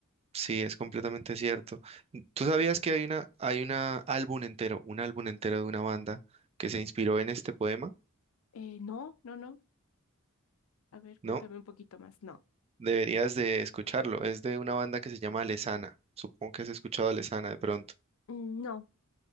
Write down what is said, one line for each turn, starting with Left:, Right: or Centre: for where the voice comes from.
Right: Sí, es completamente cierto. ¿Tú sabías que hay una, hay una álbum entero, un álbum entero de una banda que se inspiró en este poema?
Left: Eh, no, no, no. A ver, cuéntame
Right: ¿No?
Left: un poquito más. No,
Right: Deberías de escucharlo. Es de una banda que se llama Alesana. Supongo que has escuchado a Alesana de pronto.
Left: Mm, no,